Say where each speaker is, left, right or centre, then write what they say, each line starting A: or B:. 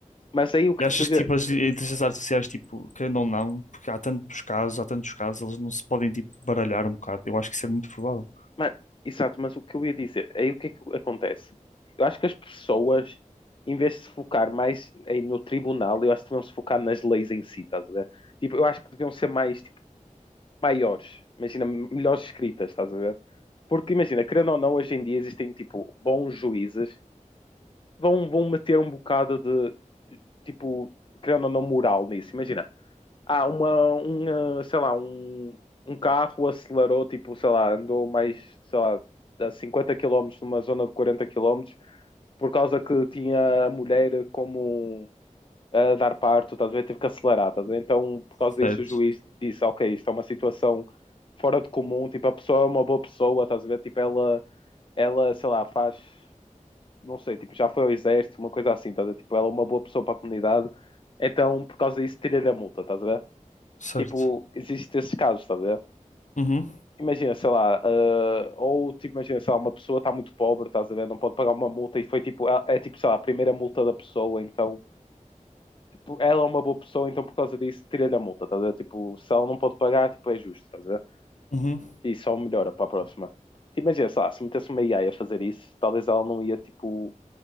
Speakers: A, on the left; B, on the left.
A: mas aí o que
B: E achas
A: devia.
B: que tipo as inteligências artificiais, tipo, querendo ou não, porque há tantos casos, há tantos casos, elas não se podem tipo baralhar um bocado. Eu acho que isso é muito provável.
A: Mano, exato, mas o que eu ia dizer, aí o que é que acontece? Eu acho que as pessoas, em vez de se focar mais aí no tribunal, eu acho que deviam se focar nas leis em si, estás a ver? Tipo, eu acho que deviam ser mais, tipo, maiores, imagina, melhores escritas, estás a ver? Porque imagina, querendo ou não, hoje em dia existem, tipo, bons juízes, vão, vão meter um bocado de, tipo, querendo ou não, moral nisso. Imagina, ah, uma, uma, sei lá, um, um carro acelerou, tipo, sei lá, andou mais, sei lá, a 50 quilómetros numa zona de 40 quilómetros por causa que tinha a mulher como a dar parto, estás a ver? Teve que acelerar, estás a ver? Então, por causa
B: Certo,
A: disso, o juiz disse, ok, isto é uma situação fora de comum, tipo, a pessoa é uma boa pessoa, estás a ver? Tipo, ela, ela, sei lá, faz, não sei, tipo, já foi ao exército, uma coisa assim, estás a ver? Tipo, ela é uma boa pessoa para a comunidade, então, por causa disso, tira-lhe a multa, estás a ver?
B: certo.
A: Tipo, existe esses casos, estás a ver?
B: Uhum,
A: Imagina, sei lá, ah, ou tipo, imagina, sei lá, uma pessoa está muito pobre, estás a ver, não pode pagar uma multa e foi tipo, é, é, tipo, sei lá, a primeira multa da pessoa, então tipo, ela é uma boa pessoa, então por causa disso tira-lhe a multa, estás a ver? Tipo, se ela não pode pagar, tipo, é justo, estás a ver?
B: uhum.
A: E só melhora para a próxima. Tipo, imagina, sei lá, se metesse uma AI a a fazer isso, talvez ela não ia, tipo,